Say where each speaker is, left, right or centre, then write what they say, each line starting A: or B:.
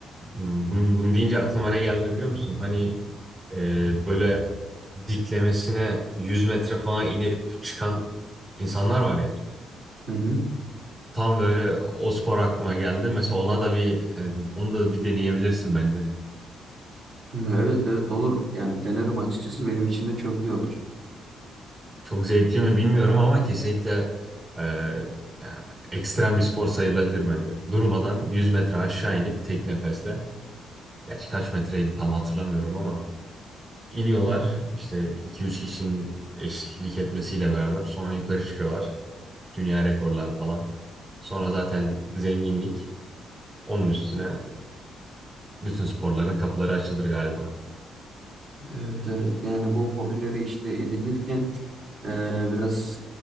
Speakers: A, on the right (about 35°); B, on the right (about 65°).
A: hmm, bunu, bunu deyince aklıma ne geldi biliyor musun? Hani e, böyle diklemesine 100 metre falan inip çıkan insanlar var ya.
B: Hı hı.
A: Tam böyle o spor aklıma geldi. Mesela ona da bir e, onu da bir deneyebilirsin bence.
B: Evet evet olur. Yani denerim açıkçası benim için de çok iyi olur.
A: Çok zevkli mi bilmiyorum ama kesinlikle e, ya, ekstrem bir spor sayılabilir bence. Durmadan 100 metre aşağı inip tek nefesle, gerçi kaç metreydi tam hatırlamıyorum ama iniyorlar
B: Hı hı.
A: işte 2-3 kişinin eşlik etmesiyle beraber sonra yukarı çıkıyorlar. Dünya rekorlar falan. Sonra zaten zenginlik. Onun üstüne bütün sporların kapıları açılır galiba.
B: Evet evet yani bu hobileri işte edinirken e, biraz